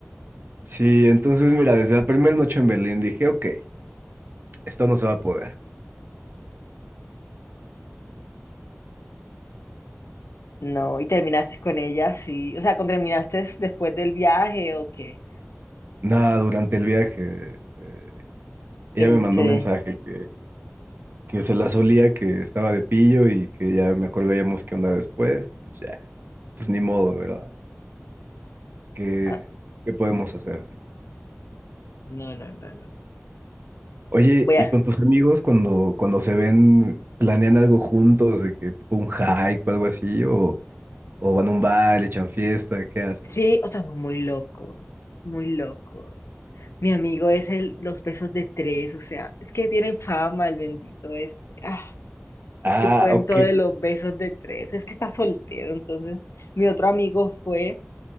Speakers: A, on the right; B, on the left.
A: Sí, entonces mira, desde la primera noche en Berlín dije, ok, esto no se va a poder.
B: No, y terminaste con ella, sí. O sea, ¿con terminaste después del viaje o qué?
A: Nada, durante el viaje. eh, Ella
B: En
A: me mandó
B: se-
A: un mensaje que, que se la solía, que estaba de pillo y que ya mejor veíamos qué onda después. Y pues ya, pues ni modo, ¿verdad? ¿Qué,
B: ah,
A: qué podemos hacer?
B: no, no, no, no.
A: Oye,
B: Voy a.
A: ¿y con tus amigos cuando, cuando se ven, planean algo juntos, de que tipo un hike o algo así? ¿O, o van a un bar, le echan fiesta? ¿Qué hacen?
B: Sí, o sea, muy loco, muy loco. Mi amigo es el, los besos de tres, o sea, es que tienen fama el bendito este. Ah,
A: Ah,
B: su cuento
A: ok.
B: de los besos de tres. Es que está soltero, entonces mi otro amigo fue